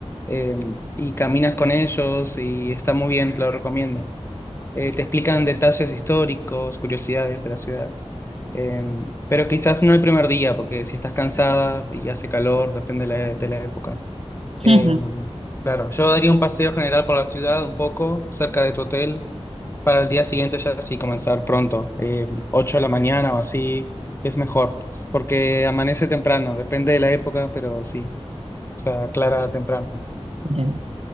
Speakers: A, on the left (about 25°); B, on the right (about 65°).
A: Em, y caminas con ellos y está muy bien, te lo recomiendo eh, te explican detalles históricos, curiosidades de la ciudad. Eh, pero quizás no el primer día, porque si estás cansada y hace calor, depende de la, e, de la época. Eh,
B: ujú,
A: claro, yo daría un paseo general por la ciudad un poco, cerca de tu hotel, para el día siguiente ya sí comenzar pronto, eh, 8 de la mañana o así, es mejor, porque amanece temprano, depende de la época, pero sí, o sea, aclara temprano.
B: ya, ya.